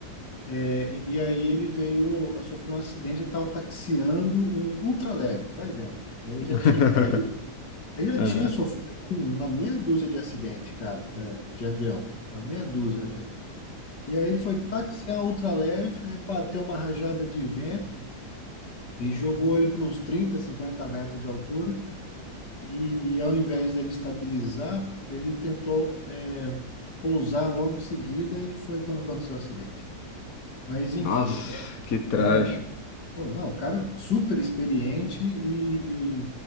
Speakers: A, on the left; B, on the left.
A: É, e e aí ele veio a sofrer um acidente, ele estava taxiando um ultraleve, vai vendo. E Ele
B: <laughs>
A: já tinha caído, ele já
B: Aham.
A: tinha sofrido um- uma meia dúzia de acidente, cara, é, de avião, uma meia dúzia mesmo. E aí ele foi taxiar o ultraleve, aí bateu uma rajada de vento e jogou ele para uns 30, 50 metros de altura. E, e ao invés dele estabilizar, ele tentou, é, pousar logo em seguida e foi quando aconteceu o acidente. Mas enfim,
B: Nossa,
A: é
B: que trágico.
A: é Pô, não, o cara super experiente e,